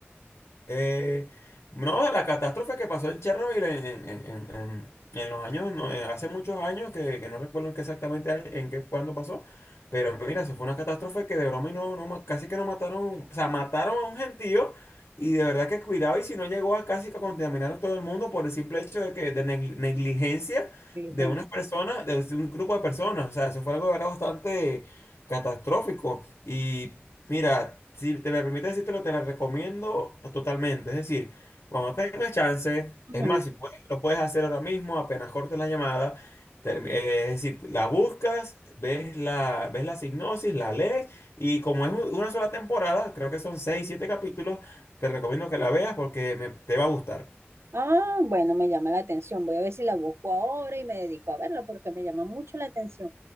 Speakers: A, on the left; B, on the right.
A: Eh, no, la catástrofe que pasó en Chernobyl en, en- en- en- en los años, no, eh, hace muchos años, que, que no recuerdo en qué exactamente, año- en qué, cuándo pasó, pero mira, eso fue una catástrofe que de broma y no, no, ma- casi que no mataron, o sea, mataron a un gentío y de verdad que cuidado y si no llegó a casi que a contaminar a todo el mundo por el simple hecho de que de negli- negligencia
B: Diligencia.
A: de unas personas, de un grupo de personas, o sea, eso fue algo de verdad bastante catastrófico y... Mira, si te me permite decírtelo, te la recomiendo totalmente. Es decir, cuando tengas chance,
B: Ujú.
A: es más, si puedes, lo puedes hacer ahora mismo, apenas cortes la llamada, termi- eh, es decir, la buscas, ves la, ves la sinopsis, la lees, y como es un- una sola temporada, creo que son 6, 7 capítulos, te recomiendo que la veas porque me- te va a gustar.
B: Ah, bueno, me llama la atención. Voy a ver si la busco ahora y me dedico a verla porque me llama mucho la atención.